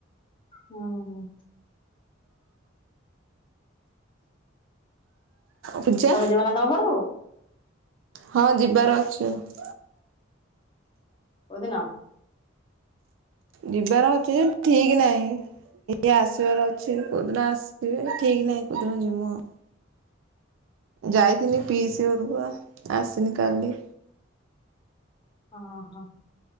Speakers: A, on the left (about 25°); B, on the right (about 70°).
A: ହୁଁ।
B: ପୂଜା
A: ତମେ ଯିବ ନା ତମ ଘରକୁ?
B: ହଁ ଯିବାର ଅଛି ଆଉ।
A: କୋଉଦିନ?
B: ଯିବାର ଅଛି <unintelligible> ଠିକ୍ ନାହିଁ। ଇଏ ଆସିବାର ଅଛି କୋଉଦିନ ଆସିବେ ଠିକ୍ ନାହିଁ କୋଉଦିନ ଯିମୁ ଆଉ।
A: ହଁ
B: ଯାଇଥିନି ପିଇସି ଘରକୁଆ ଆସିନି କାଲି।
A: ହଁ-ହଁ।